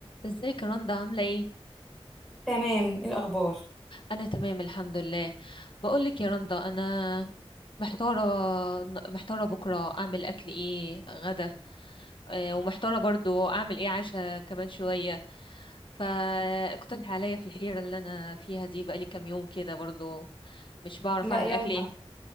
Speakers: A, on the left; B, in the centre.
A: ازيك يا رندا عاملة ايه؟
B: تمام ايه الاخبار
A: أنا تمام الحمد لله بقولك يا رندا أنا محتارة محتارة بكرة أعمل أكل ايه غدا آه، ومحتارة برضو أعمل ايه عشاء كمان شوية فاقترح عليا في الحيرة اللي أنا فيها دي بقالي كام يوم كده برضو مش بعرف
B: لا
A: أعمل
B: يلا
A: أكل ايه